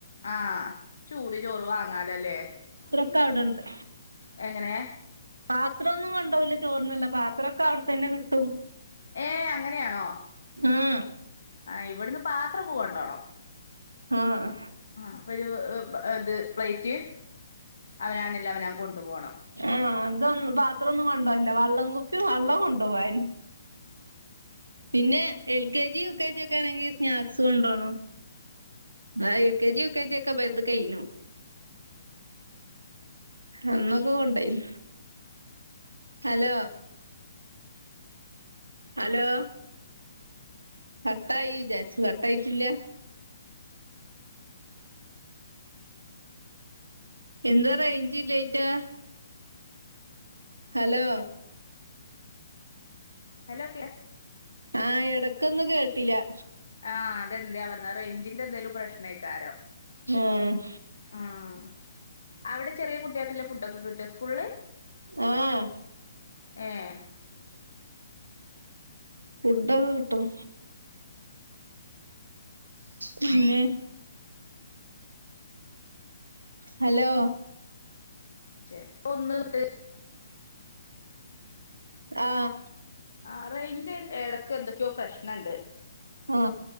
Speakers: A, on the left; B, on the right.
A: ആഹ് ചൂട് ചോറ് വാങ്ങാലോല്ലേ
B: ത്രൊക്കെ അവിടെണ്ട്
A: എങ്ങനെ
B: പാത്രോന്നും കൊണ്ടോവൂലാ ചോറിന്ള്ളെ പാത്രൊക്കെ അവിടെ തന്നെ കിട്ടും
A: ഏഹ് അങ്ങനെയാണോ
B: ആഹ്
A: ആഹ് ഇവിട്ന്ന് പാത്രൊക്കെ കൊണ്ടോണം
B: ആഹ്
A: ആഹ് അപ്പ ഒരു ഏഹ് ഇത് പ്ലേറ്റ് അവനാനില്ലെ അവനാൻ കൊണ്ടു പോണം
B: ആഹ് അതൊന്നും പാത്രറോന്നും കൊണ്ടോവലില്ലാ വള്ളം കുപ്പി വള്ളം കൊണ്ടോവാനി പിന്നെ L K G U K G ഒക്കെ ആണെങ്കി സ്നാക്സ് കൊണ്ടോണം ആഹ് എൽ കെ ജി യൂക്കേജിക്കെ ഇബൽത് കയിന്നു അന്നൊക്കെ കൊണ്ടോയിനു ഹലോ ഹലോ കട്ടായി വിജാരിച്ചു കട്ടായിട്ടില്ലാ എന്താ റേയ്ഞ്ചില്ലായിറ്റാ ഹലോ
A: ഹലോ കേ
B: ആഹ് എടക്കൊന്ന് കേട്ടില്ലാ
A: ആഹ് അതെന്താ വന്നാ റേയ്ഞ്ചിന്റെ എന്തേലും പ്രശ്നായിക്കാരം
B: ഉം
A: ആഹ് അവടെ ചെറിയ കുട്ട്യേക്ക്ള്ളെ ഫുഡൊക്കെ കിട്ടോ സ്കൂളില്
B: ആഹ്
A: ഏഹ്
B: ഫുഡൊക്കെ കിട്ടും പിന്നെ? ഹലോ
A: ചെ ഒന്ന് തൊട്ട്
B: ആഹ്
A: ആഹ് റെയിഞ്ചിൻ എടക്ക് എന്തൊക്കെയോ പ്രശ്നണ്ട്
B: ആ